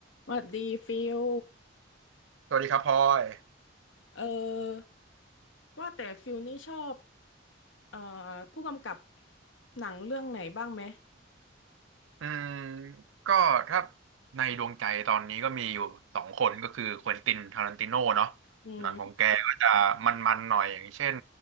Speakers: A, on the left; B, on the right.
A: หวัดดีฟิล
B: สวัสดีครับพลอย
A: เออว่าแต่ฟิลนี่ชอบเอ่อผู้กำกับหนังเรื่องไหนบ้างไหม
B: อืมก็ถ้าในดวงใจตอนนี้ก็มีอยู่สองคนก็คือควินตินทารันติโน่เนาะ
A: อืม
B: หนังของแกก็จะมันๆหน่อยอย่างเช่น